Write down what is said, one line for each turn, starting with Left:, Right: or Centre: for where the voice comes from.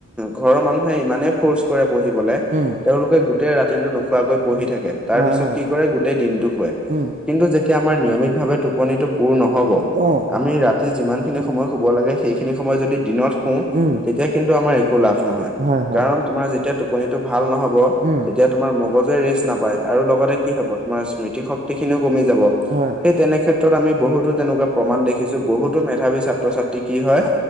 Centre: ঘৰৰ মানুহে ইমানেই ফৰ্চ কৰে। পঢ়িবলে
Right: উম,
Centre: তেওঁলোকে গোটেই ৰাতিটো নোখোৱাকৈ পঢ়ি থাকে। তাৰ
Right: হয়
Centre: পিছত
Right: হয়,
Centre: কি কৰে গোটেই দিনটো শুৱে।
Right: উম,
Centre: কিন্তু যেতিয়া আমাৰ নিয়মিত ভাৱে টোপনিটো পূৰ নহব
Right: অ',
Centre: আমি ৰাতি যিমান যিখিনি সময় শুব লাগে। সেইখিনি সময় যদি দিনত শু
Right: উম,
Centre: তেতিয়া কিন্তু আমাৰ একো লাভ নহয়।
Right: হয় হয়,
Centre: কাৰণ তোমাৰ যেতিয়া টোপনিটো ভাল নহব
Right: উম,
Centre: তেতিয়া তোমাৰ মগজুৱে ৰেষ্ট নাপায় আৰু লগতে কি হব তোমাৰ স্মৃতি শক্তি খিনিও কমি যাব।
Right: হয়,
Centre: সেই তেনেক্ষেত্ৰত আমি বহুতো তেনেুৱা প্ৰমাণ দেখিছো। বহুতো তথাপি ছাত্ৰ ছাত্ৰী কি হয়।